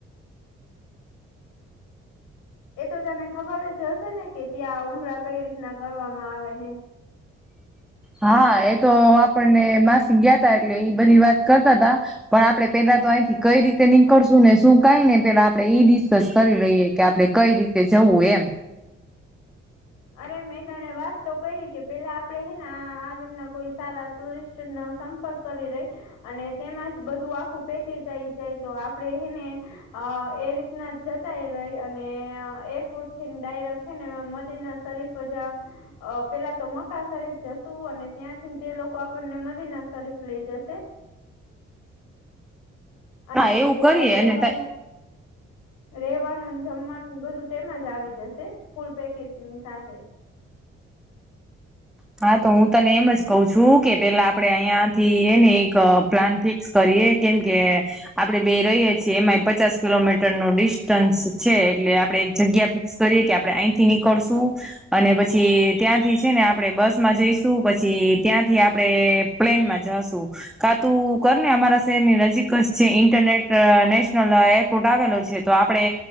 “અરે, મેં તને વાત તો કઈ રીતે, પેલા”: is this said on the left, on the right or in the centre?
Left